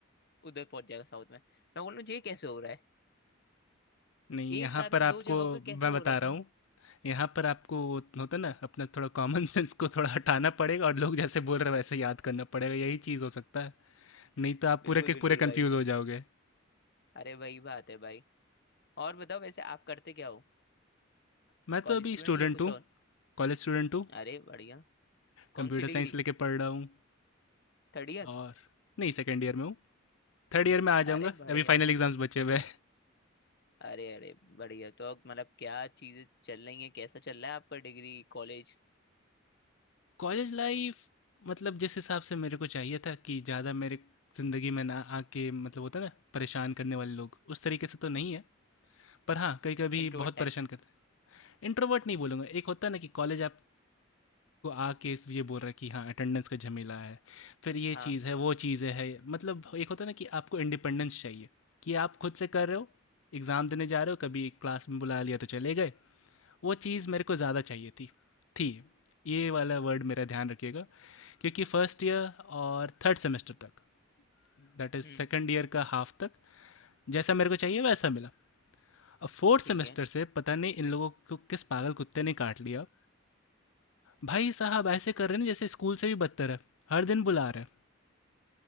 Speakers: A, on the left; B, on the left.
A: उधर पहुंच जाएगा साउथ में मैं बोल रहा हूँ ये कैसे हो रहा है
B: नहीं यहाँ
A: एक साथ
B: पर
A: में
B: आपको
A: दो जगहों पे कैसे
B: मैं
A: हो
B: बता
A: रहा
B: रहा
A: हूँ
B: हूँ यहाँ पर आपको वो होता ना अपना थोड़ा कॉमन सेंस को थोड़ा हटाना पड़ेगा और लोग जैसे बोल रहे हैं वैसे याद करना पड़ेगा यही चीज़ हो सकता है नहीं
A: <laughs>
B: तो आप
A: बिल्कुल
B: पूरे के
A: बिल्कुल
B: पूरे कंफ्यूज
A: भाई
B: हो जाओगे
A: अरे वही बात है भाई और बताओ वैसे आप करते क्या हो
B: मैं
A: कॉलेज
B: तो अभी
A: स्टूडेंट
B: स्टूडेंट
A: या कुछ
B: हूँ
A: और
B: कॉलेज स्टूडेंट हूँ
A: अरे बढ़िया कौन
B: कंप्यूटर
A: सी डिग्री
B: साइंस लेके पढ़ रहा हूँ
A: Third year
B: और नहीं सेकेंड ईयर में हूँ थर्ड ईयर में आ
A: अरे
B: जाऊँगा
A: बढ़िया
B: अभी फाइनल एग्ज़ाम्स बचे हुए
A: अरे अरे बढ़िया तो अब मतलब क्या चीजें चल रही हैं कैसा चल रहा है आपका डिग्री कॉलेज
B: कॉलेज लाइफ मतलब जिस हिसाब से मेरे को चाहिए था कि ज़्यादा मेरे ज़िंदगी में ना आके मतलब होता है ना परेशान करने वाले लोग उस तरीके से तो नहीं है पर हाँ कभी कभी
A: Introvert
B: बहुत
A: type
B: परेशान करते हैं इंट्रोवर्ट नहीं बोलूँगा एक होता है ना कि कॉलेज आपको आके इस- ये बोल रहा है कि हाँ अटेंडेंस का झमेला है फिर ये
A: हाँ
B: चीज़ है वो चीज़ें है मतलब एक होता है ना कि आपको इंडिपेंडेंस चाहिए कि आप खुद से कर रहे हो एग्ज़ाम देने जा रहे हो कभी क्लास में बुला लिया तो चले गए वो चीज़ मेरे को ज़्यादा चाहिए थी थी ये वाला वर्ड मेरा ध्यान रखिएगा क्योंकि फर्स्ट ईयर और थर्ड सेमेस्टर तक दैट इज़
A: हम्म
B: सेकेंड ईयर का हाफ तक जैसा मेरे को चाहिए वैसा मिला अब फोर्थ
A: ठीक
B: सेमेस्टर
A: है
B: से पता नहीं इन लोगों को किस पागल कुत्ते ने काट लिया भाई साहब ऐसे कर रहे हैं जैसे स्कूल से भी बदतर है हर दिन बुला रहे हैं।